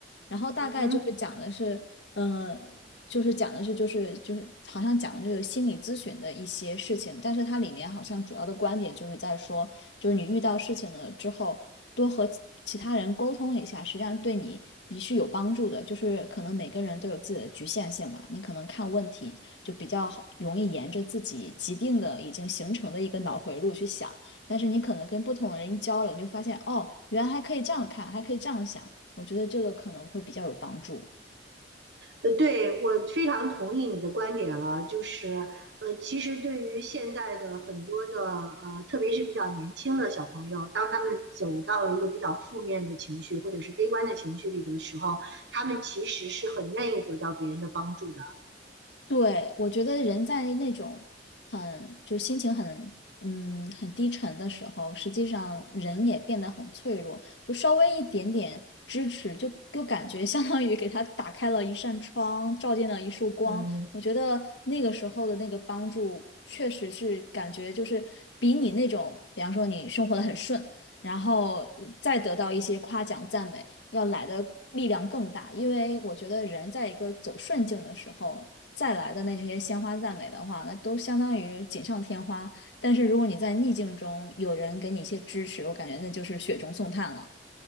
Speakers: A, on the left (about 80°); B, on the right (about 75°).
A: 然后大概就是讲的是。
B: 嗯哼，
A: 嗯。就是讲的是就是就是好像讲的就是心理咨询的一些事情，但是它里面好像主要的观点就是在说，就是你遇到事情了之后，多和其其他人沟通一下，实际上对你你是有帮助的。就是可能每个人都有自己的局限性嘛，你可能看问题就比较好容易沿着自己既定的已经形成的一个脑回路去想，但是你可能跟不同的人一交流，你就发现哦，原来还可以这样看，还可以这样想，我觉得这个可能会比较有帮助。
B: 呃，对，我非常同意你的观点了，就是呃，其实对于现在的很多的呃，特别是比较年轻的小朋友，当他们走到了一个比较负面的情绪或者是悲观的情绪里的时候，他们其实是很愿意得到别人的帮助的。
A: 对，我觉得人在那种很就心情很嗯很低沉的时候，实际上人也变得很脆弱，就稍微一点点支持，就就感觉相当于给他打开了一扇窗，照进了一束光。
B: 嗯，
A: 我觉得那个时候的那个帮助，确实是感觉就是比你那种，比方说你生活的很顺，然后再得到一些夸奖赞美。要来的力量更大，因为我觉得人在一个走顺境的时候，再来的那些鲜花赞美的话，那都相当于锦上添花。但是如果你在逆境中有人给你一些支持，我感觉那就是雪中送炭了。